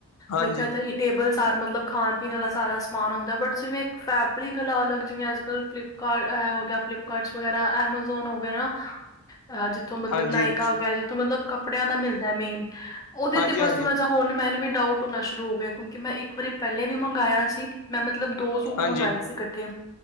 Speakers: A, on the left; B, on the left.
A: ਹਾਂਜੀ
B: ਦੇਖੋ ਇਏਦਾਂ ਟੇਬਲ ਸਾਰ ਮਤਲਬ ਖਾਣ ਪੀਣ ਵਾਲਾ ਸਾਰਾ ਸਮਾਨ ਹੁੰਦਾ ਬਟ ਜਿਵੇਂ ਇੱਕ ਫੈਬਰਿਕ ਆਲਾ ਅਲੱਗ ਜਿਵੇਂ ਅੱਜ ਕੱਲ੍ਹ ਫਲਿੱਪ ਕਰ ਇਹ ਹੋ ਗਿਆ ਫਲਿਪਕਾਰਟ ਵਗੈਰਾ ਐਮਾਜੋਨ ਹੋਗਿਆ ਨਾ ਅਜ ਜਿਥੋਂ ਮਤਲਬ
A: ਹਾਂਜੀ
B: ਨਾਇਕਾ ਵਗੈਰਾ ਜਿੱਥੋਂ ਮਤਲਬ ਕੱਪੜਿਆਂ ਦਾ ਮਿਲਦਾ ਹੈ ਮੇਨ ਉਹਦੇ
A: ਹਾਂਜੀ
B: ਤੇ ਬਸ
A: ਹਾਂਜੀ
B: ਥੋੜਾ ਜਿਹਾ ਹੁਨ ਮੈਨੂੰ ਵੀ ਡਾਊਟ ਹੋਨਾ ਸ਼ੁਰੂ ਹੋ ਗਿਆ। ਕਿਉਂਕਿ ਮੈਂ ਇੱਕ ਵਾਰੀ ਪਹਿਲੇ ਵੀ ਮੰਗਾਆ ਸੀ। ਮੈਂ ਮਤਲਬ ਦੋ ਸੂਟ
A: ਹਾਂਜੀ
B: ਮੰਗਾਏ ਸੀ ਇਕੱਠੇ